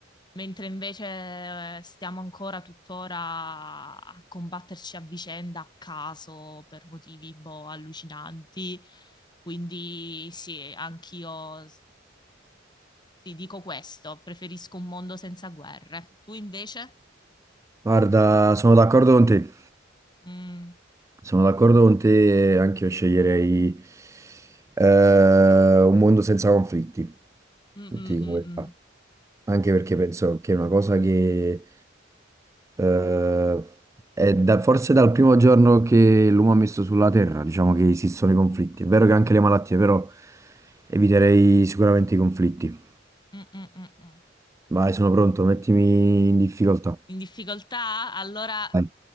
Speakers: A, on the left (about 25°); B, on the right (about 15°).
A: mentre invece eh, stiamo ancora tuttora a combatterci a vicenda, a caso, per motivi boh, allucinanti. Quindi sì, anch'io s- sì, dico questo, preferisco un mondo senza guerre. Tu invece?
B: Guarda, sono d'accordo con te.
A: Mm,
B: Sono d'accordo con te, anche io sceglierei eh, un mondo senza conflitti,
A: mm, mm,
B: ti dico
A: mm,
B: la verità.
A: mm.
B: Anche perché penso che è una cosa che Eh, è da- forse dal primo giorno che l'uomo ha messo sulla Terra, diciamo che esistono i conflitti. È vero che anche le malattie, però eviterei sicuramente i conflitti.
A: Mm, mm, mm, mm.
B: Vai, sono pronto, mettimi in difficoltà.
A: In difficoltà? Allora
B: Vai.